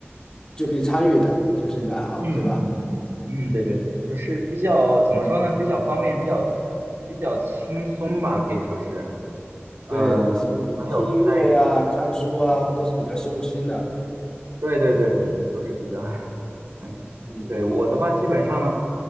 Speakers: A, on the left; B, on the right.
A: 就可以参与的，就是你的爱好，
B: 嗯嗯嗯嗯，
A: 对吧？
B: 嗯，对对对，就是比较怎么说呢，比较方便，比较比较轻松吧，可以说是。嗯，
A: 对，像你听音乐呀、
B: 没有太，
A: 看书啊，
B: 嗯
A: 都是比较修心的。
B: 对对对对对，都是比较，<laughs> 嗯，
A: 嗯
B: 对，我的话基本上，